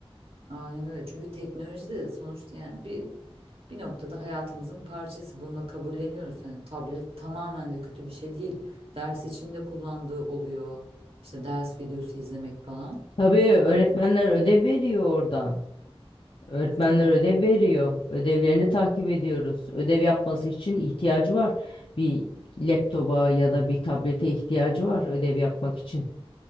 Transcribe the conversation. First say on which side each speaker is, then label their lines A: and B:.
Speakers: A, on the right; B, on the left.
A: Aynen öyle. Çünkü teknoloji de sonuçta yani bir bir noktada hayatımızın parçası. Bunu da kabulleniyoruz. Hani tablet tamamen de kötü bir şey değil. Ders içinde kullandığı oluyor. İşte ders videosu izlemek falan.
B: Tabii öğretmenler
A: Hani,
B: ödev veriyor oradan. Öğretmenler
A: aynen.
B: ödev veriyor. Ödevlerini takip ediyoruz. Ödev yapması için ihtiyacı var. Bir laptopa ya da bir tablete ihtiyacı var ödev yapmak için.